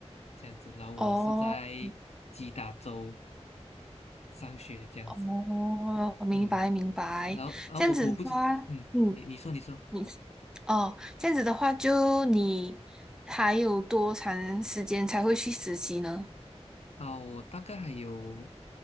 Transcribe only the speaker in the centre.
哦。
哦，明白明白，
这样子的话，
嗯，
你哦，这样子的话，就你还有多长时间才会去实习呢？